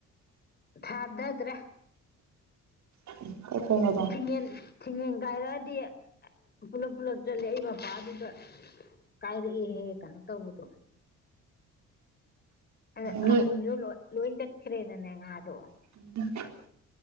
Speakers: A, on the left; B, on the right.
A: ꯊꯥꯗꯗ꯭ꯔꯥ
B: ꯎ
A: ꯊꯤꯡꯉꯦꯟ ꯊꯤꯡꯉꯦꯟ ꯀꯥꯏꯔꯛꯑꯗꯤ ꯄꯨꯂꯞ ꯄꯨꯜꯂꯞ ꯆꯠꯂ ꯑꯩ ꯃꯄꯥꯗꯨꯗ ꯀꯥꯏꯔꯛꯑꯦꯍꯦ ꯀꯩꯅꯣ ꯇꯧꯕꯗꯣ ꯑ
B: ꯅꯣꯏ
A: ꯍꯀꯨꯝꯁꯨ ꯂꯣꯏ ꯆꯠꯈ꯭ꯔꯦꯅꯅꯦ ꯉꯥꯗꯣ
B: ꯎ